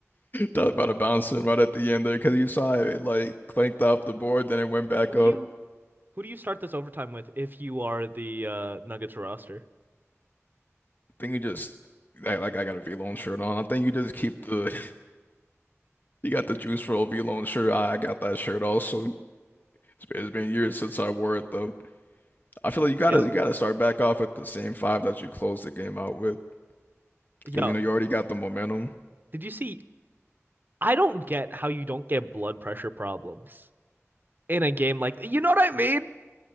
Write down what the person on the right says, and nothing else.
<laughs>
Who do
you
who do you start this overtime with if you are the uh Nuggets roster?
Yo,
yo,
did you see I don't get how you don't get blood pressure problems in a game like you know what I mean?